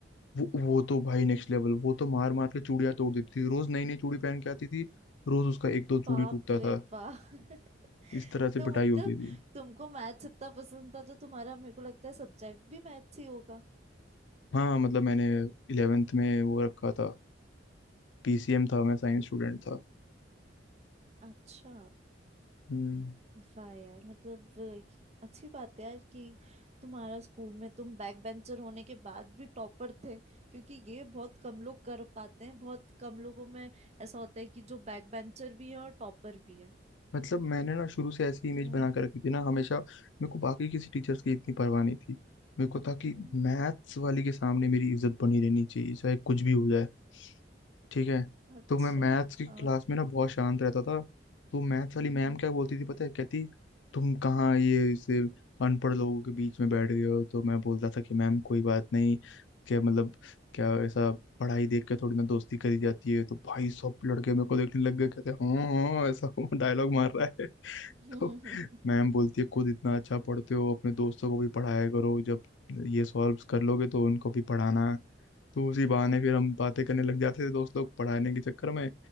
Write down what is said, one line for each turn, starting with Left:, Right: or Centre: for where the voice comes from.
Left: वो, वो तो भाई नेक्स्ट लेवल वो तो मार मार के चूड़ियां तोड़ देती थी रोज नई नई चूड़ी पहन के आती थी रोज उसका एक दो चूड़ी
Right: बाप
Left: टूटता
Right: रे
Left: था
Right: बाप <laughs>
Left: इस तरह से
Right: तो
Left: पिटाई
Right: मतलब
Left: होती थी
Right: तुमको मैथ्स इतना पसंद था तो तुम्हारा मेरे को लगता है सब्जेक्ट भी मैथ्स ही होगा
Left: हाँ मतलब मैंने इलेवेंथ में वो रखा था पीसीएम था मैं साइंस स्टूडेंट था
Right: अच्छा
Left: हम्म
Right: वाह यार मतलब अ, अच्छी बात है यार कि तुम्हारा स्कूल में तुम बैक बेंचर होने के बाद भी टॉपर थे क्योंकि ये बहुत कम लोग कर पाते हैं बहुत कम लोगों में ऐसा होता है कि जो बैक बेंचर भी है और टॉपर भी है
Left: मतलब मैंने ना शुरू से ऐसी इमेज
Right: हम्म
Left: बना के रखी थी ना हमेशा मेरे को बाकी किसी टीचर्स की इतनी परवाह नहीं थी मेरे को था कि
Right: हम्म
Left: मैथ्स वाली के सामने मेरी इज्जत बनी रहनी चाहिए चाहे कुछ भी हो जाए ठीक है
Right: हम्म, अच्छा
Left: तो मैं मैथ्स की
Right: आ,
Left: क्लास में ना बहुत शांत रहता था तो मैथ्स वाली
Right: हम्म
Left: मैम क्या बोलती थी पता है कहती तुम कहाँ ये इसे अनपढ़ लोगों के बीच में बैठ गए हो तो मैं बोलता था कि मैम कोई बात नहीं क्या मतलब क्या ऐसा पढ़ाई देख के थोड़ी ना दोस्ती करी जाती है तो भाई सब लड़के मेरे को देखने लग गए कहते हाँ हाँ ऐसा <laughs> डायलॉग मार रहा है <laughs>
Right: हम्म।
Left: तो
Right: <laughs>
Left: मैम बोलती है खुद इतना अच्छा पढ़ते हो अपने दोस्तों को भी पढ़ाया करो जब ये सॉल्व कर लोगे तो उनको भी पढ़ाना तो उसी बहाने फिर हम बातें करने लग जाते थे दोस्त लोग पढ़ाने के चक्कर में